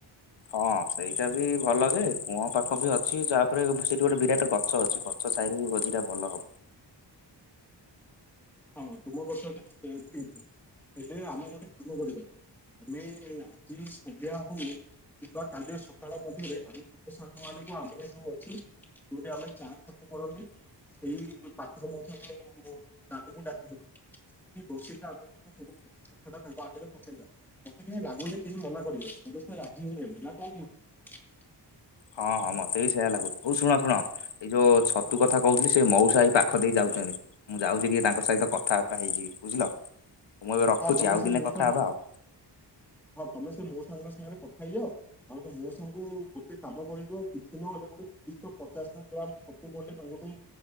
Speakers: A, on the left (about 80°); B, in the centre.
A: ହଁ ସେଇଟା ବି ଭଲ ଯେ କୂଅ ପାଖ ବି ଅଛି ତାପରେ ସେଇଠି ଗୋଟେ ବିରାଟ ଗଛ ଅଛି ଗଛ ସାଇରେ ବି ଭୋଜିଟା ଭଲ ହବ।
B: ହଁ ତୁମ କଛ ଠିକ ହେଲେ ଆମେ ଗୋଟେ କାମ କରିବା ଆମେ ଆଜି ସନ୍ଧ୍ୟା ହଉ କିମ୍ବା କାଲି ସକାଳ ମଧ୍ୟରେ ଆମ ସବ ସାଙ୍ଗ ମାନଙ୍କୁ ଆମର ଯୋଉ ଅଛି ଯୋଉଠି ଆମେ ଚା କତି କରନ୍ତି ସେଇ ପାତ୍ର ମଧ୍ୟ ତାକୁ ଡାକି ସେ ବସି କି ଆଗରେ ପକେଇବା ମତେ କେହି ଲାଗୁେ କେହି ମନା କରିବେ ସମେ ରାଜି ନା କଣ କହୁଛୁ।
A: ହଁ ହଁ ମତେ ବି ସେଇୟଆ ଲାଗୁଛି ହଉ ଶୁଣ ଶୁଣ ଏଇ ଯୋଉ ଛତୁ କଥା କହୁଥିଲି ସେ ମଉସାହିଇ ପାଖ ଦେଇ ଯାଉଛନ୍ତି ମୁଁ ଯାଉଛି କିଏ ତାଙ୍କ ସହିତ କଥାବାର୍ତ୍ତା ହେଇଯିବି ବୁଝିଲ ମୁଁ ଏବେ ରଖୁଛି
B: ହଁ ତମେ
A: ଆଉ
B: ସେ
A: ଦିନେ
B: ମୋ
A: କଥା
B: ସାଙ୍ଗ
A: ହବା ଆଉ।
B: ହଁ ତମେ ସେ ମୋ ସାଙ୍ଗ ସାଙ୍ଗରେ ଖାଇଯାଅ ଆଉ ତ ମୋ ସାଙ୍ଗୁ ଗୋଟେ କାମ କରିବ କିଛି ନହେଲେ ଗୋଟେ ଦୁଇଶହ ପଚାଶ ଗ୍ରାମ ସତୁ ଖଣ୍ଡେ ତାଙ୍କଠୁ